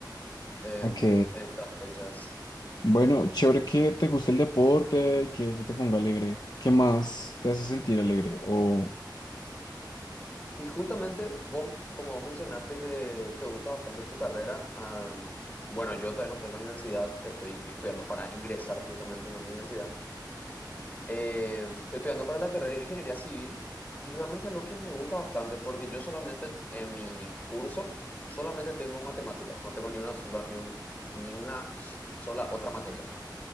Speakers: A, on the left (about 20°); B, on the left (about 60°).
A: en,
B: Ok.
A: en estas fechas.
B: Bueno, chévere que te guste el deporte, que eso te ponga alegre. ¿Qué más te hace sentir alegre? O
A: Y justamente vos, como vos mencionaste que te gusta bastante tu carrera, am, bueno, yo todavía no estoy en la universidad, estoy estudiando para ingresar justamente en una universidad. Eh, estoy estudiando para la carrera de Ingeniería Civil y realmente es algo que me gusta bastante porque yo solamente en mi curso solamente tengo matemáticas, no tengo ni una sola, ni un- ni una sola otra materia.